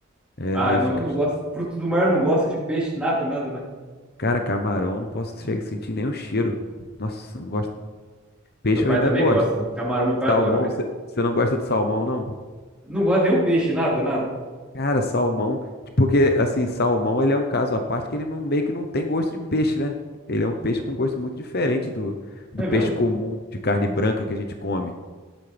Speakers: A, on the left (about 50°); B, in the centre.
A: É,
B: Ah,
A: aí
B: eu não,
A: fica.
B: eu não gosto. Frutos do mar eu não gosto de peixe, nada, nada, nada.
A: Cara, camarão, eu não posso chegar, a sentir nem o cheiro. Nossa, eu não gosto. Peixe
B: Meu pai
A: eu ainda
B: também
A: gosto.
B: gosta, mano. Camarão meu pai
A: Salmão,
B: adora, velho.
A: você não gosta de salmão, não?
B: Não gosta de nenhum peixe, nada, nada.
A: Cara, salmão, tipo, porque assim, salmão ele é um caso à parte que ele não, meio que não tem gosto de peixe, né? Ele é um peixe com gosto muito diferente do, do
B: É
A: peixe
B: mesmo?
A: comum de carne branca que a gente come.